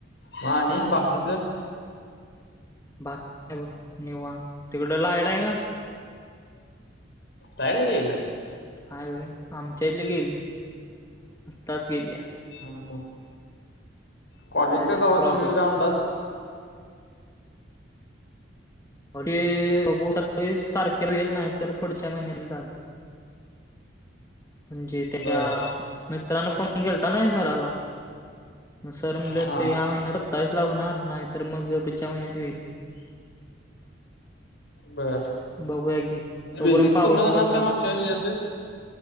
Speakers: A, on the left (about 60°); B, on the left (about 15°).
A: म
B: हम्म
A: आणि बाकीच?
B: बाकी काय ब निवांत,, तिकड लाईट आहे का?
A: लाईट आय की इकडं.
B: हाय वय,, आमच्या इथले गेली,, आत्ताच गेल्या.
A: हा हा, कॉलेज
B: कायतरी
A: काय, कवा
B: प्रॉब्लेम
A: चाल होईल काय अंदाज.
B: अरे बघू, सत्तावीस तारखेला होईल,, नाही तर पुढच्या महिन्यात चालऽ म्हणजे त्या,,
A: बर
B: मित्रांन फोन केलाता ना सराला. मग सर म्हटलं,
A: हा
B: तर ह्या महिन्यात सत्तावीस ला होणार,, नाही तर मग पुढच्या महिन्यात होईल.
A: बर,,
B: बघूया की तोपर्यंत
A: बेसिक
B: पाऊस
A: पूर्ण करणारस
B: पण चालू
A: का मागच्या
B: आहे.
A: हच्यातलेच..